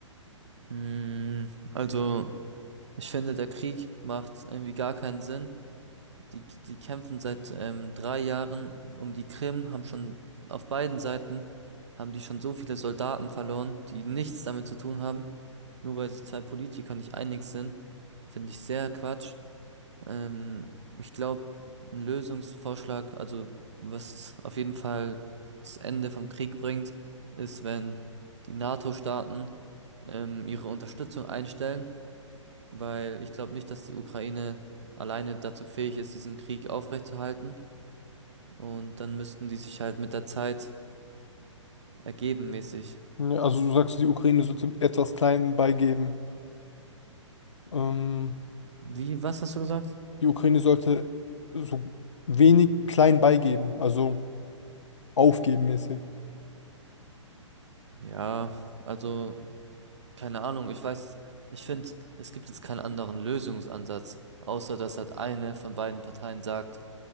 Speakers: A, on the right; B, on the left.
A: Mm, Also, ich finde, der Krieg macht irgendwie gar keinen Sinn. Die, die kämpfen seit ähm, drei Jahren um die Krim, haben schon auf beiden Seiten, haben die schon so viele Soldaten verloren, die nichts damit zu tun haben. Nur weil sich zwei Politiker nicht einig sind, finde ich sehr Quatsch. Ähm, ich glaube, ein Lösungsvorschlag, also was auf jeden Fall das Ende vom Krieg bringt, ist, wenn die NATO-Staaten ähm, ihre Unterstützung einstellen, weil ich glaube nicht, dass die Ukraine alleine dazu fähig ist, diesen Krieg aufrechtzuerhalten. Und dann müssten die sich halt mit der Zeit ergeben mäßig.
B: Ja, also du sagst, die Ukraine sollte etwas klein beigeben. Ähm,
A: Wie, was hast du gesagt?
B: die Ukraine sollte so wenig klein beigeben, also aufgeben mäßig.
A: Ja, also. Keine Ahnung, ich weiß, ich finde, es gibt jetzt keinen anderen Lösungsansatz, außer dass halt eine von beiden Parteien sagt,